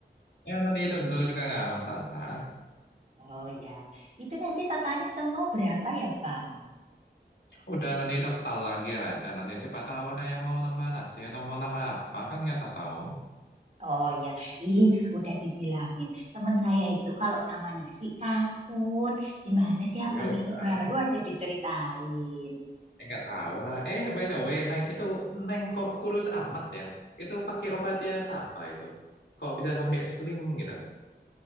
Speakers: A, on the left; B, on the right.
A: ya nanti itu dulu juga nggak masalah.
B: Oh ya. Itu nanti totalnya semua berapa ya Bang?
A: Udah nanti total lagi aja. Nanti siapa tahu ada yang mau nambah nasi atau mau nambah apa kan nggak tahu.
B: Oh ya, In, udah dibilangin. Temen saya itu kalau sama nasi takut. Gimana sih abang
A: Ya udah,
B: ini baru aja diceritain.
A: Eh, nggak tahu lah. Eh, by the way, Neng itu Neng kok kurus amat ya? Itu pakai obat diet apa itu? Kok bisa sampai slim gitu?